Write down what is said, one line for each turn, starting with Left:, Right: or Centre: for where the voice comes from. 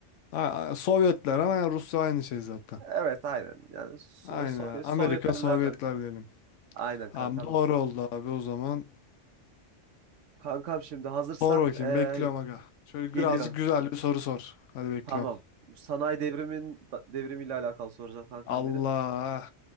Left: Ha, Sovyetler ama yani Rusya aynı şey zaten.
Right: Evet aynen. Yani So-
Left: Aynen.
Right: e, Sovyet,
Left: Amerika
Right: Sovyetlerle
Left: Sovyetler
Right: Amerika.
Left: diyelim.
Right: Aynen kankam
Left: Tamam doğru
Right: benim.
Left: oldu abi o zaman.
Right: Kankam şimdi hazırsan
Left: Sor bakayım
Right: eee,
Left: bekliyorum aga. Şöyle
Right: geliyor.
Left: birazcık güzel bir soru sor. Hadi bekliyorum.
Right: Tamam. Sanayi devrimin devrimiyle alakalı soracağım kankam
Left: Allah.
Right: benim.